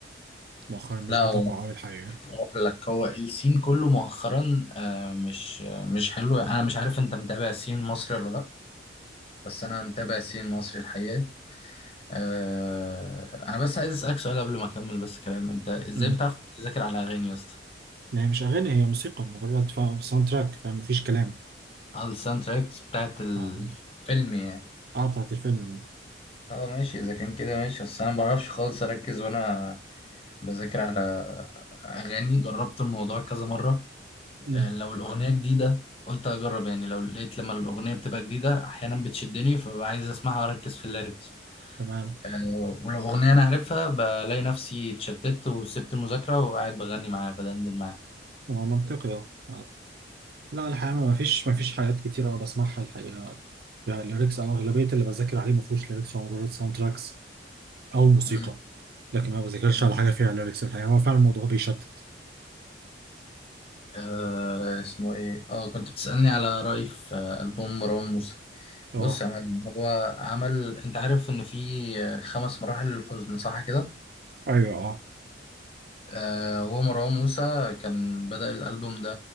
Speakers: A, on the right (about 55°); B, on the left (about 30°).
A: مؤخرا مش
B: لا
A: بتابعه
B: هو
A: أوي الحقيقة
B: اقول لك هو السين كله مؤخرا آه، مش آه، مش حلو انا مش عارف انت متابع السين المصري ولا لا بس انا متابع السين المصري الحقيقة آه، انا بس عايز اسالك سؤال قبل ما اكمل بس كلام انت ازاي
A: مم.
B: بتعرف تذاكر على اغاني يا اسطى؟
A: ما هي مش أغاني هي موسيقى مجرد فا- ساوند تراك فاهم مفيش كلام
B: اه الساوند تراكس بتاعت الفيلم
A: اه
B: يعني
A: آه، بتاعت الفيلم
B: اه ماشي اذا كان كده ماشي بس انا ما بعرفش خالص اركز وانا بذاكر على أغاني جربت الموضوع كذا مرة
A: مم.
B: آه، لو الأغنية جديدة قلت أجرب يعني لو لقيت لما الأغنية بتبقى جديدة أحيانا بتشدني فببقى عايز أسمعها وأركز في الليركس
A: تمام
B: آه، ولو أغنية أنا عارفها بلاقي نفسي اتشتت وسبت المذاكرة وقاعد بغني معاها بدندن معاها
A: هو منطقي اه آه. لا الحقيقة ما فيش ما فيش حاجات كتير أوي بسمعها الحقيقة يعني ليركس أو أغلبية اللي بذاكر عليه ما فيهوش ليركس هو مجرد ساوند تراكس أو موسيقى
B: مم.
A: لكن ما بذاكرش
B: مم.
A: على حاجة فيها ليركس الحقيقة هو فعلا الموضوع بيشتت
B: آه اسمه إيه؟ آه كنت بتسألني على رأيي في آه، ألبوم مروان موسى
A: اه
B: بص يا معلم هو عمل أنت عارف إن في آه، خمس مراحل للحزن صح كده؟
A: ايوه اه
B: آه، هو مروان موسى كان بدأ الألبوم ده